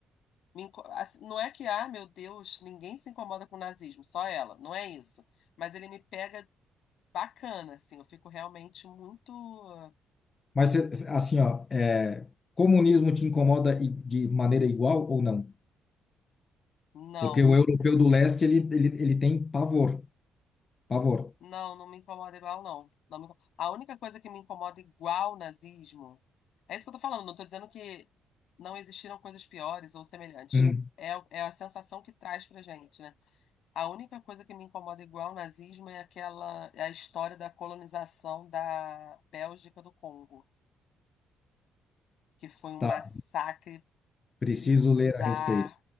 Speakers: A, on the left; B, on the left.
A: me inco- assim, Não é que, ah, meu Deus, ninguém se incomoda com o nazismo, só ela. Não é isso mas ele me pega bacana, assim. Eu fico realmente muito.
B: mas se- assim, ó, é, comunismo te incomoda i- de maneira igual ou não?
A: Não,
B: Porque o europeu do leste, ele, ele, ele tem pavor, pavor.
A: não, não me incomoda igual, não. Não me... A única coisa que me incomoda igual nazismo. É isso que eu tô falando, não tô dizendo que não existiram coisas piores ou semelhantes.
B: Hum,
A: É, o- é a sensação que traz pra gente, né? A única coisa que me incomoda igual nazismo é aquela, é a história da colonização da Bélgica do Congo, que foi um massacre
B: tá, preciso
A: bizarro.
B: ler a respeito.